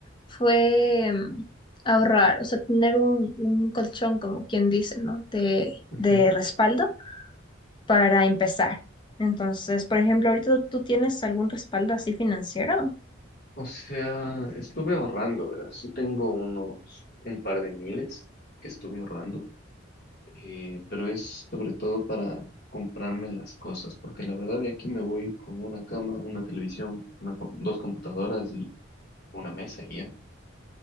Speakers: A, on the left; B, on the left.
A: fue mm, ahorrar, o sea, tener un, un colchón, como quien dice, ¿no? De,
B: Ujú.
A: de respaldo para empezar. Entonces, por ejemplo, ahorita tú tienes algún respaldo así financiero.
B: O sea, estuve ahorrando, ¿verdad? Sí tengo unos, un par de miles que estuve ahorrando. eh, pero es sobre todo para comprarme las cosas, porque la verdad de aquí me voy con una cama, una televisión, una, co- dos computadoras y una mesa y ya.